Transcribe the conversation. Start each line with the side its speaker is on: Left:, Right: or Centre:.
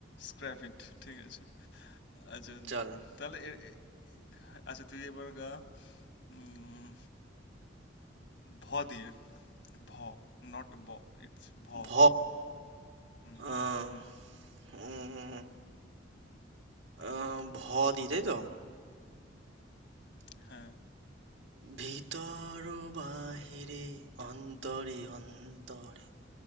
Left: স্ক্র্যাপ ইট ঠিক আছে আচ্ছা
Right: চল
Left: তাহলে এ- এ- আচ্ছা তুই এবার গা উম, ভ দিয়ে ভ নট ব ইটস ভ
Right: ভ
Left: হুম
Right: আহ,
Left: হুম
Right: উম, আহ, ভ দি তাই তো
Left: হ্যাঁ
Right: ভিতর ও বাহিরে অন্তরে অন্তরে